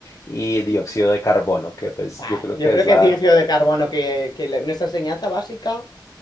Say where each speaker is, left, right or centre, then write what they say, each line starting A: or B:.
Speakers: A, on the left; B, on the left.
A: y dióxido de carbono, que pues
B: Bah,
A: yo creo
B: yo
A: que
B: creo
A: es
B: que
A: la...
B: es dióxido de carbono, que, que la- nuestra enseñanza básica.